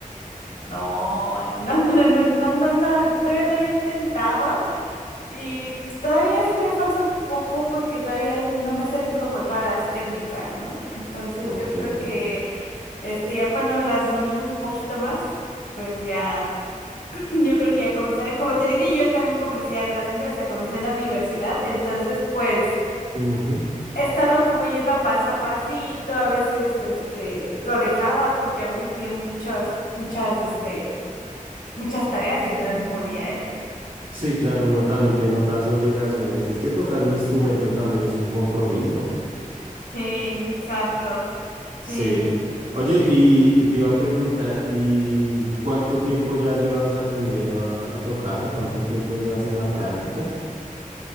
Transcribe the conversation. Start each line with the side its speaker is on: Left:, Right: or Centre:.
Left: No, eh, no, <laughs> no, no, no, no, no, todavía no lo he intentado y todavía sí me falta un poco porque todavía no me sé como todas las técnicas, ¿no? Entonces
Right: Ok.
Left: yo creo que este ya cuando las domine un poquito más, pues ya <clears throat> yo creo que ya comenzaré. Como te dije, yo también comencé a grande, o sea, comencé en la universidad, entonces pues
Right: Ujú.
Left: he estado como yendo a paso a pasito, a veces este lo dejaba porque a veces tenía muchos muchas este muchas tareas y otra vez volví a ello, ¿no?
Right: Sí, claro, uno también tiene otras obligaciones. Es que tocar un instrumento también es un compromiso.
Left: Sí, exacto. Sí.
Right: Sí. Oye, y, y te iba a preguntar, ¿y cuánto tiempo ya llevas aprendiendo a, a tocar o cuánto tiempo llevas en la práctica?